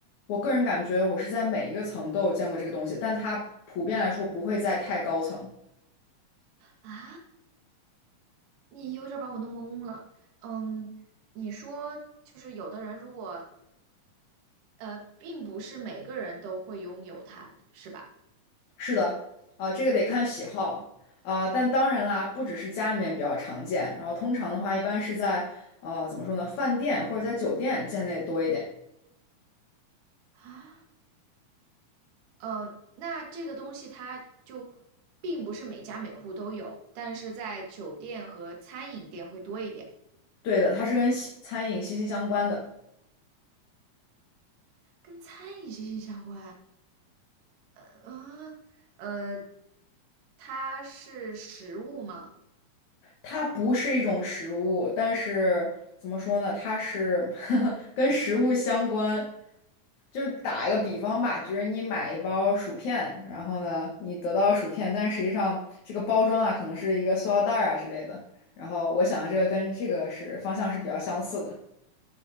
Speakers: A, on the left; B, on the right.
A: 我个人感觉我是在每一个层都有见过这个东西，但它普遍来说不会在太高层。
B: 啊，你有点儿把我弄懵了。嗯，你说就是有的人如果呃，并不是每个人都会拥有它，是吧？
A: 是的，啊、这个得看喜好啊、但当然啦，不只是家里面比较常见，然后通常的话，一般是在呃怎么说呢，饭店或者在酒店见的也多一点。
B: 啊。嗯呃，那这个东西它就并不是每家每户都有，但是在酒店和餐饮店会多一点，
A: 对的，它是跟西餐饮息息相关的，
B: 跟餐饮息息相关。呃啊，呃，它是食物吗？
A: 它不是一种食物，但是怎么说呢，它是 <laughs> 跟食物相关，就打一个比方吧，就是你买一包薯片，然后呢，你得到薯片，但是实际上这个包装啊，可能是一个塑料袋儿啊之类的。然后我想的这个跟这个是方向是比较相似的，